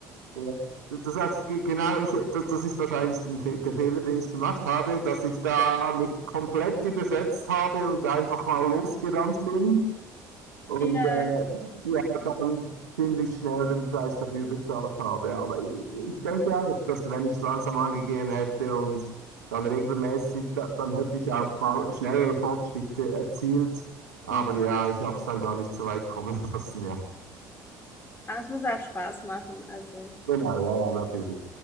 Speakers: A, on the right; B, on the left.
A: Ja. Du, du sagst ge- genau, ich, das, das ist wahrscheinlich den Fe der Fehler, den ich gemacht habe, dass ich da mich komplett überschätzt habe und einfach mal losgerannt bin und
B: Ja,
A: äh, ja, dann ziemlich schnell den Preis dafür bezahlt habe. Aber ich, ich denke auch, dass wenn ich es langsam angegangen hätte und dann regelmäßig, da, dann hätte ich auch mal schnellere Fortschritte erzielt. Aber
B: ja.
A: ja, ich habe es dann gar nicht so weit kommen <laughs> lassen. Ja,
B: Aber es muss auch Spaß machen, also.
A: genau, ja, ja, natürlich.